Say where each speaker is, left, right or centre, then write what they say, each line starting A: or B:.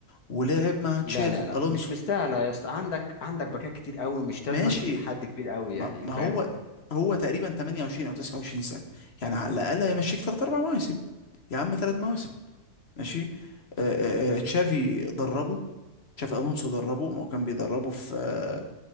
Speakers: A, on the left (about 45°); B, on the left (about 80°).
A: ولعب مع تشافي
B: لا لا لا
A: الونسو
B: مش مستاهله يا اسطى عندك عندك باكات كتير قوي مش
A: ماشي
B: لازم تجيب حد كبير قوي
A: ما,
B: يعني
A: ما
B: فاهم
A: هو هو تقريبا 28 او 29 سنه يعني على الاقل هيمشيك ثلاث اربع مواسم يا عم ثلاث مواسم ماشي آه آه آه، تشافي دربه تشافي الونسو دربه ما هو كان بيدربه في آه،